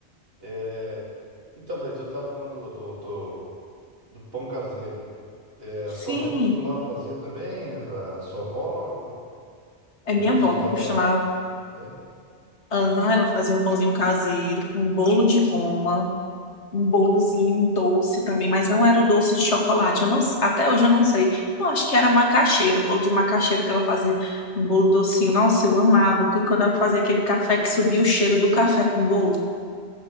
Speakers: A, on the right (about 55°); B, on the left (about 75°).
A: É... Então, mas eu tava falando do, do, do- do pão caseiro. É, a
B: Sim,
A: sua mãe costumava fazer também, a sua avó
B: é
A: co-
B: minha
A: costumava.
B: avó que costumava.
A: É?
B: Aham, ela fazia um pãozinho caseiro, um bolo de goma, um bolozinho doce também, mas não era o doce de chocolate. Eu não, até hoje eu não sei. Eu acho que era macaxeira, bolo de macaxeira que ela fazia, um bolo docinho. Nossa, eu amava. E quando ela fazia aquele café que subia o cheiro do café com bolo.